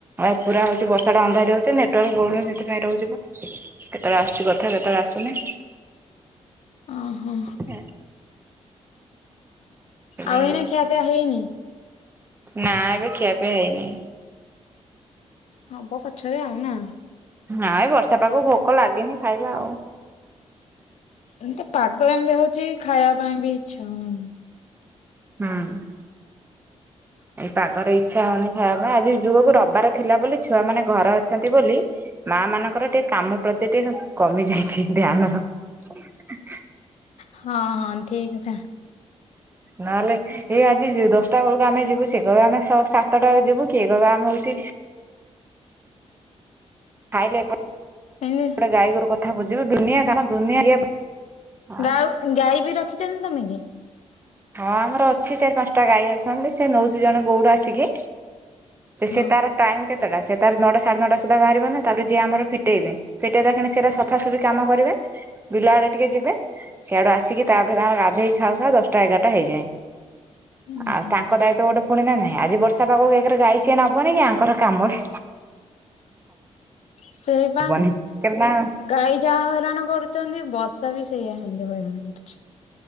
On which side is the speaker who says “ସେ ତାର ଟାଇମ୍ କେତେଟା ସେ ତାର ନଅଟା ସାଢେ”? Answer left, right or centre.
Right